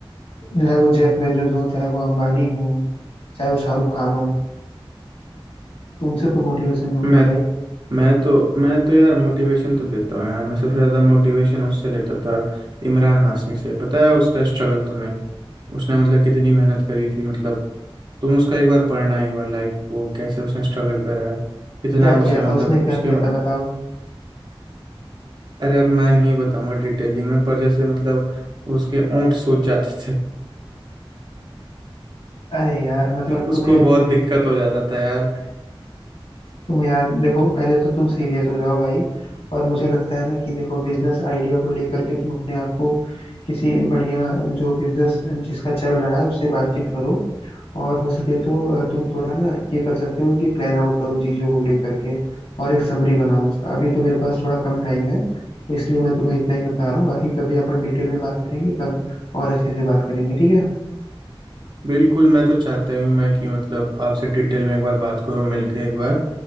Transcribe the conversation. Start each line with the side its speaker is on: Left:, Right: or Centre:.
Left: चाहे वो जेफ बेजोस हो चाहे वो अंबानी हो चाहे वो शाहरुख खान हो तुमसे तो मोटिवेशन लूं
Right: मैं
Left: ना भाई
Right: मैं तो मैं तो यार मोटिवेशन तो लेता हूँ यार मैं सबसे ज़्यादा मोटिवेशन उससे लेता था इमरान हाशमी से पता है उसका स्ट्रगल तुम्हें उसने मतलब कितनी मेहनत करी थी मतलब तुम उसका एक बार पढ़ना एक बार लाइफ को कैसे उसने स्ट्रगल करा है कितना
Left: क्या
Right: उसे
Left: किया
Right: मतलब
Left: था उसने क्या
Right: उसके
Left: किया था बताओ
Right: अरे अब मैं नहीं बताऊंगा डिटेलिंग में पर जैसे मतलब उसके ओंठ सूज जाते थे
Left: अरे यार मतलब
Right: उसको
Left: तुम्हें
Right: बहुत
Left: अभी भी
Right: दिक्कत हो जाता था यार
Left: तुम यार देखो पहले तो तुम सीरियस हो जाओ भाई और मुझे लगता है ना कि देखो बिजनेस आइडिया को लेकर के तुम अपने आप को किसी बढ़िया जो बिजनेस जिसका चल रहा है उससे बातचीत करो और हो सके तो अ, तुम थोड़ा ना ये कर सकते हो कि प्लान आउट करो चीजों को लेकर के और एक समरी बनाओ उसका अभी तो मेरे पास थोड़ा कम टाइम है तो इसलिए मैं तुम्हें इतना ही बता रहा हूँ बाकी कभी अपन डिटेल में बात करेंगे तब और अच्छे से बात करेंगे ठीक है
Right: बिल्कुल मैं तो चाहता ही हूँ मैं कि मतलब आपसे डिटेल में एक बार बात करूँ मिलके एक बार